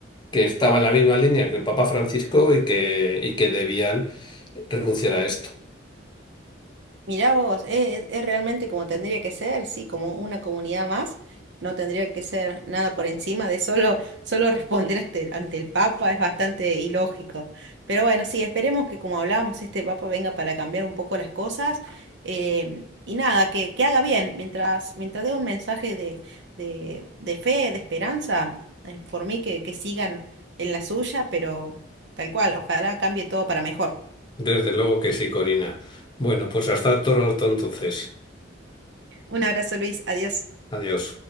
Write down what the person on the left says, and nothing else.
que estaba en la misma línea que el Papa Francisco y que, y que debían renunciar a esto.
Desde luego que sí, Corina. Bueno, pues hasta otro rato entonces.
Adiós.